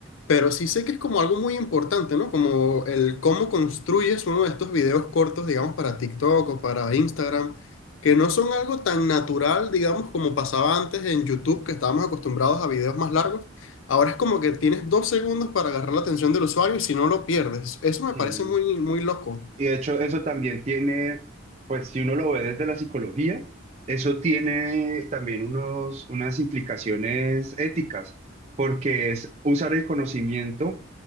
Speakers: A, on the left; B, on the right.
A: Pero sí sé que es como algo muy importante, ¿no? Como el cómo construyes uno de estos videos cortos, digamos, para TikTok o para Instagram, que no son algo tan natural, digamos, como pasaba antes en YouTube, que estábamos acostumbrados a videos más largos. Ahora es como que tienes dos segundos para agarrar la atención del usuario y si no lo pierdes. Eso me
B: Sí.
A: parece muy, muy loco.
B: Y de hecho, eso también tiene, pues si uno lo ve desde la psicología, eso tiene también unos, unas implicaciones éticas, porque es usar el conocimiento